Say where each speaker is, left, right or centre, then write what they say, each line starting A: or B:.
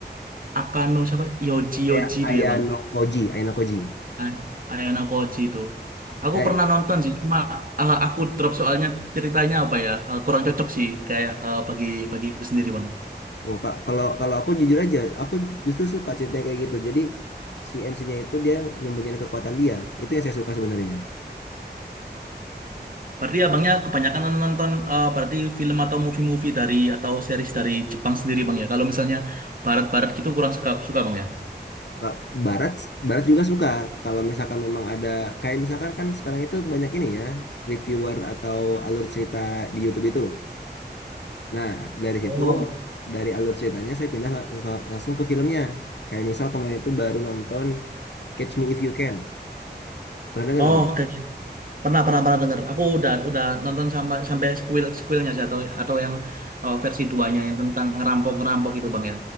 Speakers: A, on the right; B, on the left.
A: Akano siapa? Yoji
B: kayak
A: Yoji itu
B: Ayano
A: ya bang.
B: Koji, Ayano Koji.
A: Ay- Ayano Koji itu. Aku
B: Eh,
A: pernah nonton sih, cuma eh, aku drop soalnya ceritanya apa ya eh, kurang cocok sih kayak eh, bagi bagi sendiri bang.
B: oh, Kak, kalau kalau aku jujur aja, aku justru suka ceritanya kayak gitu. Jadi si MC-nya itu dia nyembunyiin kekuatan dia. Itu yang saya suka sebenarnya.
A: Berarti abangnya kebanyakan nonton, nonton eh, berarti film atau movie-movie dari atau series dari Jepang sendiri bang ya. Kalau misalnya barat-barat gitu kurang suka suka bang ya.
B: Ka- Barat Barat juga suka. Kalau misalkan memang ada kayak misalkan kan sekarang itu banyak ini ya, reviewer atau alur cerita di YouTube itu loh. Nah, dari
A: Oh,
B: situ dari alur ceritanya saya pindah lang- langsung ke filmnya. Kayak misal kemarin itu baru nonton Catch Me If You Can. Pernah denger
A: oh,
B: gak, Bang?
A: oke. Pernah pernah pernah denger. Aku udah udah nonton sama sampai squeal squealnya sih atau atau yang eh, versi duanya yang tentang ngerampok ngerampok itu bang ya.